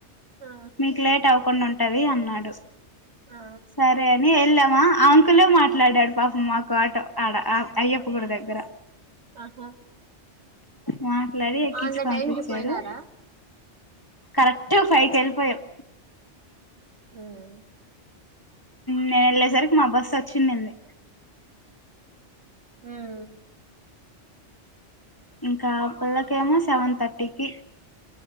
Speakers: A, on the right; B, on the left.
A: ఆ
B: మీక్ లేట్ అవ్వకుండా ఉంటది అన్నాడు.
A: ఆ
B: సరే అని ఎల్లామ! ఆ ఆంకులే మాట్లాడాడు పాపం మాకు ఆటో ఆడ అయ్యప్ప గుడి దగ్గర
A: ఆహా
B: మాట్లాడి ఎక్కించి
A: ఆన్ ద
B: పంపిచాడు
A: టైం కి పోయినారా
B: కరెక్ట్ ఫైవ్కెల్పోయం
A: ఉమ్
B: నేన్ ఎళ్ళేసరికి మా బస్సు వచ్చింనుంది
A: ఉమ్
B: ఇంకా ఆ పిల్లకేమో సెవెన్ థర్టీకి